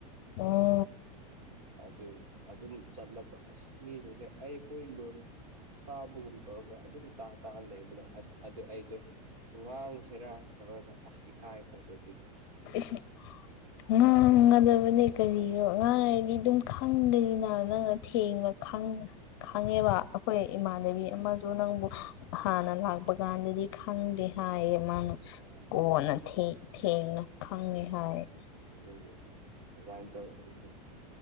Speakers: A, on the left (about 40°); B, on the right (about 65°).
A: ꯑꯣ
B: ꯑꯗꯨ ꯑꯗꯨꯝ ꯆꯠꯂꯒ ꯑꯁ ꯃꯤꯁꯤꯡꯁꯦ ꯑꯩꯈꯣꯏ ꯂꯣꯟ ꯇꯥꯕꯒꯨꯝ ꯇꯧꯔꯒ ꯑꯗꯨꯝ ꯇꯥ ꯇꯥꯔ ꯂꯩꯕꯅꯦ ꯑꯗꯨ ꯑꯩꯗꯣ ꯉꯥꯡ ꯈꯦꯔꯥ ꯇꯧꯔꯒ ꯑꯁ ꯏꯀꯥꯏꯈ꯭ꯔꯕꯗꯨꯒꯤ
A: ꯑꯦꯁ ꯉꯥꯡꯒꯗꯕꯅꯦ ꯀꯔꯤꯅꯣ ꯉꯥꯡꯉꯗꯤ ꯑꯗꯨꯝ ꯈꯪꯗꯅꯤꯅ ꯅꯪꯅ ꯊꯦꯡꯕ ꯈꯪ ꯈꯪꯉꯦꯕ ꯑꯩꯈꯣꯏ ꯏꯃꯥꯟꯅꯕꯤ ꯑꯃꯁꯨ ꯅꯪꯕꯨ ꯍꯥꯟꯅ ꯂꯥꯛꯄ ꯀꯥꯟꯗꯗꯤ ꯈꯪꯗꯦ ꯍꯥꯏꯌꯦ ꯃꯥꯅ
B: ꯎꯝ
A: ꯀꯣꯟꯅ ꯊꯦ ꯊꯦꯡꯅ ꯈꯪꯉꯦ ꯍꯥꯏꯌꯦ
B: <unintelligible> ꯑꯗꯨꯃꯥꯏ ꯇꯧ <unintelligible>